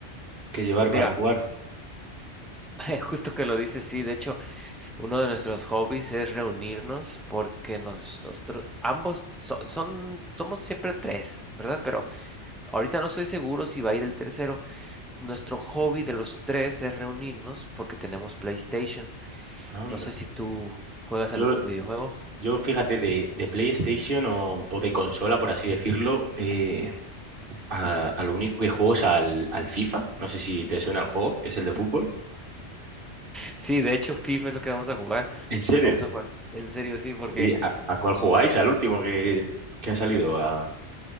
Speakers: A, on the right (about 50°); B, in the centre.
A: qué llevar
B: Pues
A: para
B: mira,
A: jugar.
B: <laughs> justo que lo dices, sí, de hecho, uno de nuestros hobbies es reunirnos porque nos- nosotros ambos so- son, somos siempre tres, ¿verdad? Pero ahorita no estoy seguro si va a ir el tercero. Nuestro hobby de los tres es reunirnos porque tenemos PlayStation.
A: Anda.
B: No sé si tú juegas
A: Yo,
B: algún videojuego.
A: yo fíjate, de, de PlayStation o, o de consola, por así decirlo, eh, a, a lo único que juego es al, al FIFA. No sé si te suena el juego, que es el de fútbol.
B: Sí, de hecho, FIFA es lo que vamos a jugar.
A: ¿En serio?
B: Vamos a jugar, en serio, sí, porque
A: Oye, ¿a, a cuál jugáis? ¿Al último que, que ha salido? A,